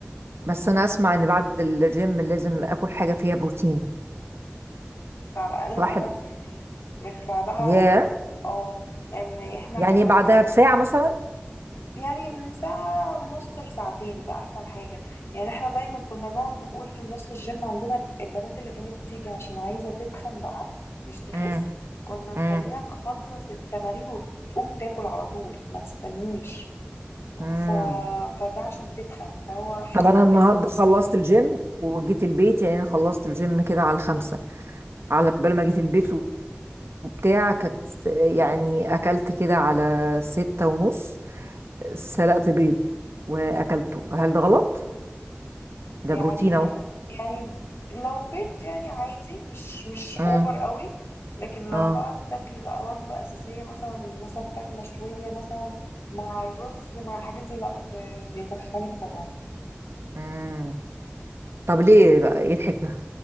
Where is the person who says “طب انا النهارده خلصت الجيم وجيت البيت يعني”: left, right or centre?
Right